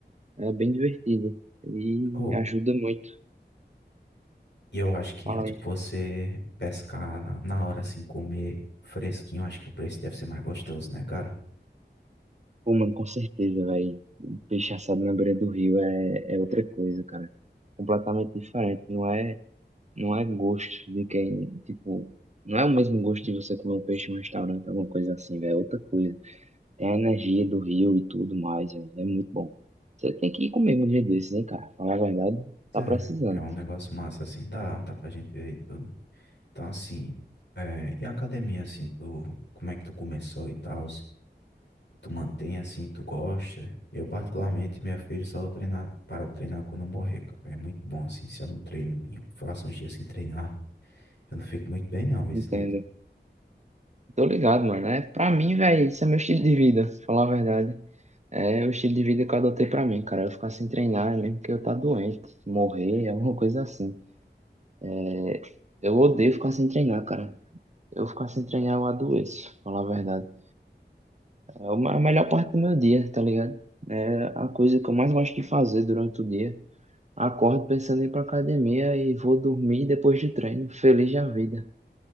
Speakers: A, on the right (about 40°); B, on the left (about 75°).
A: É bem divertido e
B: Ou,
A: ajuda muito.
B: e eu acho que,
A: Fala
B: tipo,
A: aí.
B: você pescar na, na hora assim, comer fresquinho, acho que o preço deve ser mais gostoso, né, cara?
A: Pô, mano, com certeza, velho. Um peixe assado na beira do rio é, é outra coisa, cara. Completamente diferente. Não é, não é gosto de quem, tipo, não é o mesmo gosto de você comer um peixe em um restaurante, alguma coisa assim, velho. É outra coisa. Tem a energia do rio e tudo mais, velho. É muito bom. Você tem que ir comigo um dia desses, hein, cara? Falar a verdade, tá
B: É,
A: precisando.
B: é um negócio massa assim, dá, dá pra gente ver e tudo. Então, assim, é, e a academia, assim, tu, como é que tu começou e tal? Tu mantém assim, tu gosta? Eu, particularmente, meu filho, só vou treinar para treinar quando eu morrer, cara. É muito bom, assim, se eu não treino, eu faço uns dias sem treinar, eu não fico muito bem, não, esse
A: Entendo.
B: Luiz.
A: Tô ligado, mano. É, pra mim, velho, isso é meu estilo de vida, falar a verdade. É é o estilo de vida que eu adotei pra mim, cara. Eu ficar sem treinar, é mesmo que eu tá doente, morrer, é alguma coisa assim. É, eu odeio ficar sem treinar, cara. Eu ficar sem treinar, eu adoeço, pra falar a verdade. É uma- a melhor parte do meu dia, tá ligado? É a coisa que eu mais gosto de fazer durante o dia. Acordo pensando em ir pra academia e vou dormir depois de treino, feliz da vida.